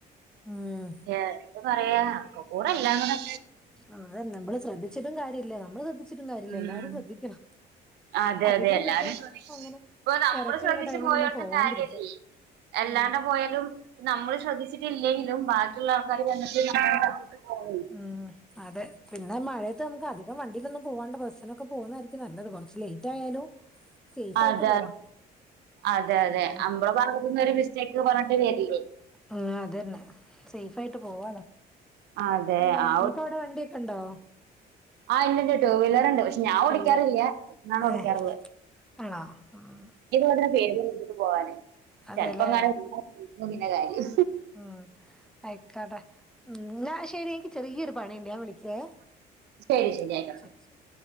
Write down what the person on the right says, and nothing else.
എന്ത് പറയാ അക്കക്കൂടല്ലാങ്‌ന്ന്
ഉം
അതെ
അതെ എല്ലാരും
ശ്രദ്ധിക്കണം
ഇപ്പൊ നമ്മള്
ശ്രദ്ധിച്ച്
പോയോണ്ടും
കാര്യല്ലേ എല്ലാണ്ട്
പോയാലും നമ്മള് ശ്രദ്ധിച്ചിട്ടില്ലെങ്കിലും ബാക്കിയുള്ള ആൾക്കാര് ചെന്നിട്ട് നമ്മളെ തട്ടീറ്റ് പോകും
അതെ
അതെ അതെ
അമ്മളെ ഭാഗത്ത്ന്നൊരു മിസ് ചെക്ക് പറഞ്ഞിട്ട് കേറ്റീല്ലേ
അതെ
ആ
ആഹ്‌ ഇണ്ട് ഇണ്ട് ടു വീലർണ്ട് പക്ഷേ ഞാൻ ഓടിക്കാറില്ല
ന്നാണ് ഓടിക്കാറുള്ളത്.
ഇത് പോലെ പേടിയാ എടുത്തിട്ട് പോകാന്
ചെലപ്പോങ്ങാനും വീണ <unintelligible> പിന്നെ കാര്യം
ശരി
ശരി ആക്കാം